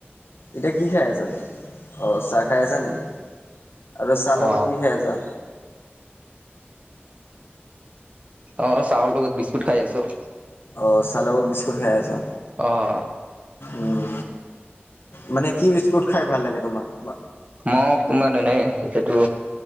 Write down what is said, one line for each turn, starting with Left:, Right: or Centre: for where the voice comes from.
Left: এতিয়া কি খাই আছা তুমি অ চাহ খাই আছা নিকি আৰু চাহ লগত
Right: অ
Left: কি খাই আছা
Right: অ চাহৰ লগত বিস্কুট খাই আছো
Left: অ চাহ লগত বিস্কুট খাই আছা
Right: অ
Left: উম মানে কি বিস্কুট খাই ভাল লাগে তোমাৰ মা
Right: মোক তোমাৰ এনেই এইটো